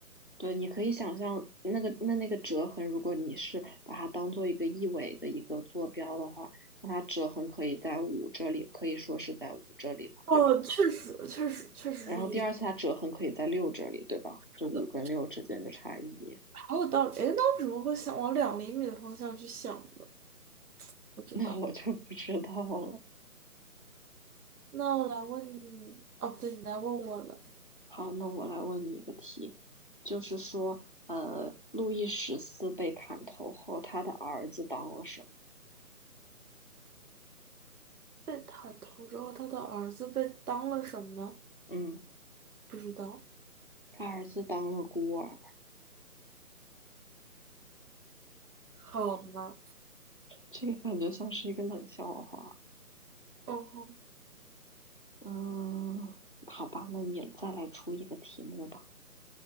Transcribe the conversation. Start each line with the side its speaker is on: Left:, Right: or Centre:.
Left: 对，你可以想象那个那那个折痕，如果你是把它当做一个一维的一个坐标的话，那它折痕可以在五这里，可以说是在五这里嘛，
Right: 哦，
Left: 对吧？
Right: 确实确实确实是一厘
Left: 然后第二次它折痕可以在六这里，对吧？就五跟六之间的差异，
Right: 米的，好有道理。哎，那为什么会想往两厘米的方向去想呢？
Left: <laughs>
Right: 不知道。
Left: 那我就不知道了。
Right: 那我来问你，哦不对，你来问我了。
Left: 好，那我来问你一个题，就是说，呃，路易十四被砍头后，他的儿子当了什么？
Right: 被砍头之后，他的儿子被当了什么？
Left: 嗯，
Right: 不知道。
Left: 他儿子当了孤儿，
Right: 好吗？
Left: 这个感觉像是一个冷笑话。
Right: 哦，
Left: 嗯，好吧，那你再来出一个题目吧。